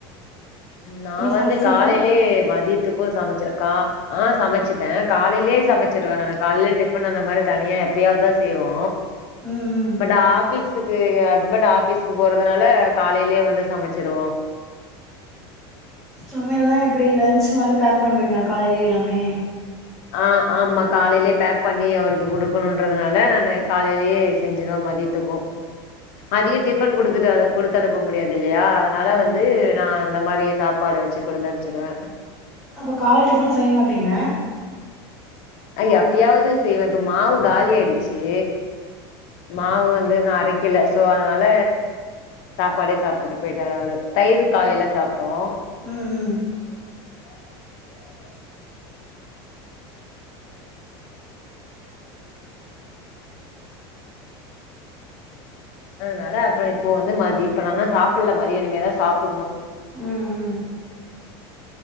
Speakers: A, on the left; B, in the centre.
A: நா
B: நீங்க
A: வந்து
B: சமச்சிட்டீங்களா
A: காலையிலேயே மதியத்துக்கோ சமைச்சக்கா ஆ சமைச்சிட்ட காலையிலேயே சமைச்சிருவ நா காலையிலே டிஃபன் அந்த மாரி தனியா எப்பயாவதுதா செய்வோ
B: ம் ம்
A: பட்டு அப் ஃபீஸுக்கு ஹஸ்பண்ட்ட ஆஃபீஸ்கக்கு போறதுனால காலையிலேயே வந்து சமைச்சருவோ
B: சமையல்லா எப்பிடி லன்ச்சு மாரி பேக் பண்றீங்களா காலையிலயே எல்லாமே
A: ஆ ஆமா காலையிலயே பேக் பண்ணி அவருக்கு கொடுக்கணுன்றதுனால நா காலையிலேயே செஞ்சிருவ மதியத் த்துப்போ மதியோ டிஃபன் குடுத்துட்டு குடுத்து அனுப்ப முடியாதில்லையா அதனால
B: ஆமா
A: வந்து நா இந்த மாதிரி சாப்பாடு வச்சு குடுத்தனுச்சுருவ
B: அப்ப கால டிஃபன் செய்ய மாட்டீங்க
A: எ எப்பயாவது செய்வ இப்ப மாவு காலி ஆயிடுச்சு மாவு வந்து இன்னு அரைக்கல சோ அதனால சாப்பாடே சாப்பிட்டு போயிட்டரு அவரு தயிர் காலையில சாப்பிட்டோ
B: ம் ம்
A: அதனால அப்புறோ இப்போ வந்து மதிய இப்ப நா சாப்புல்ல மதியோ இனிமே தா சாப்புன்னு
B: ம் ம் ம்